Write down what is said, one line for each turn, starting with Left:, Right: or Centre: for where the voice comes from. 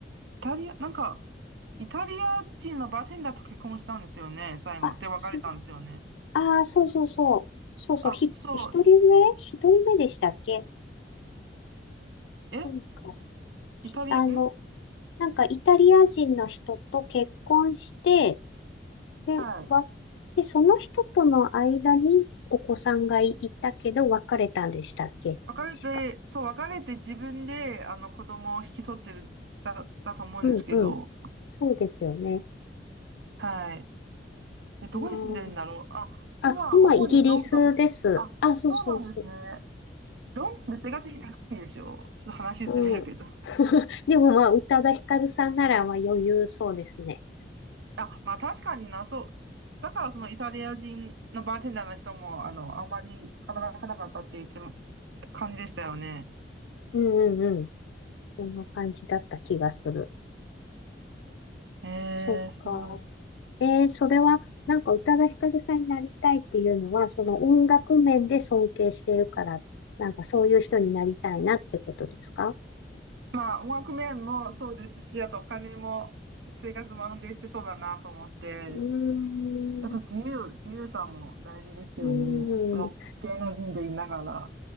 Right: イタリア、なんか、イタリア人のバーテンダーと結婚したんですよね、最後。
Left: あ、
Right: で、別れたんですよね。
Left: そ、あーそうそうそう。そうそう。
Right: あ、
Left: ひ、
Right: そう、
Left: 一人目一人目でしたっけ
Right: いえ
Left: なんか、ひあの、
Right: イタリア、ん
Left: なんかイタリア人の人と結婚して、で、
Right: はい。
Left: わ、で、その人との間にお子さんがいたけど別れたんでしたっけ確か。
Right: 別れて、そう、別れて自分で、あの、子供を引き取ってる、だ、だと思うんですけど、
Left: うんうん。そうですよね。
Right: はい。え、どこに住んでるんだろうあ、
Left: あー、あ、
Right: 今、
Left: 今イギリスです。
Right: 主にロンドンに、あ、
Left: あ、そうそうそう。
Right: そうなんですね。ロンドンで生活費高いんですよ。ちょっと話ずれるけど。
Left: うん、うん。<laughs> でもまあ、宇多田ヒカルさんならまあ余裕そうですね。
Right: あ、まあ確かにな、そう。だから、そのイタリア人のバーテンダーの人も、あの、あんまり働かなかったっていうても感じでしたよね。
Left: うんうんうん。そんな感じだった気がする。
Right: へ
Left: そっか。
Right: え、すごい。
Left: えー、それは、なんか宇多田ヒカルさんになりたいっていうのは、その音楽面で尊敬してるから、なんかそういう人になりたいなってことですか
Right: まあ、音楽面もそうですし、あとお金も、せ生活も安定してそうだなと思って、
Left: うーん、
Right: あと自由、自由さも大事ですよね。
Left: うー
Right: その芸能人でいながら、
Left: ん、